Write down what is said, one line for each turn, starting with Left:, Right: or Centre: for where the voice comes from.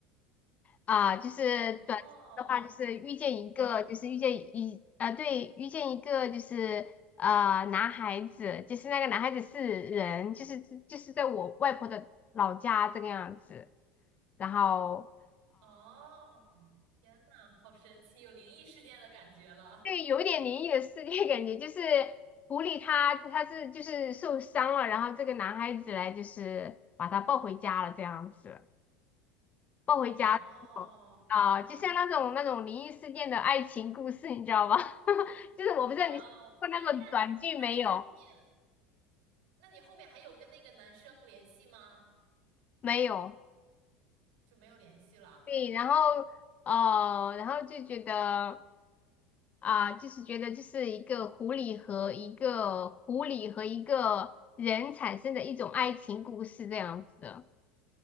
Left: 啊，就是短期的话，
Right: 哦，
Left: 就是遇见一个，
Right: 天呐！
Left: 就是遇见一呃，对，遇见一个就是呃男孩子，就是那个男孩子是人，就是就是在我外婆的老家这个样子，然后
Right: 哦，天呐，好神奇，有灵异事件的感觉了。
Left: 对，有一点灵异的世界感觉，就是狐狸它它是就是受伤了，然后这个男孩子来就是把他抱回家了这样子。抱回家之后啊、
Right: 哦，天呐，
Left: 就像那种那种灵异事件的爱情故事，你知道吧？<laughs> 就是我不知道你看过那个短剧没有？
Right: 哇哦，哎，那那你后面，那你后面还有跟那个男生联系吗？
Left: 没有。
Right: 就没有联系了。
Left: 对，然后呃，然后就觉得啊、就是觉得就是一个狐狸和一个狐狸和一个人产生的一种爱情故事这样子的。